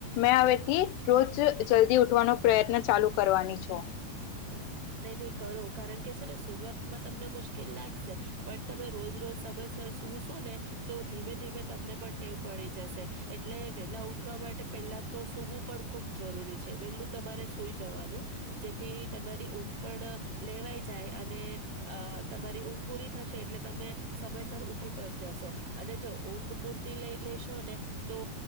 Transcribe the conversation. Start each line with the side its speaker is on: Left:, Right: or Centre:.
Left: મેં હવેથી રોજ જલ્દી ઉઠવાનો પ્રયત્ન ચાલુ કરવાની છો.
Right: હા નહી નહી કરો કારણ કે છે ને શરૂઆતમાં તમને મુશ્કેલ લાગશે પણ તમે રોજ રોજ સમયસર સુવું છો ને તો ધીમે ધીમે તમને પણ ટેવ પડી જશે એટલે વેલા ઉઠવા માટે પેલા તો સુવું પણ ખુબ જરૂરી છે વેલું તમારે સુઈ જવાનું જેથી તમારી ઊંઘ પણ લેવાઈ જાય અને અ તમારી ઊંઘ પૂરી થશે એટલે તમે સમયસર ઉઠી પડ પણ જસો અને જો ઊંઘ પૂરતી લઈ લેશો ને તો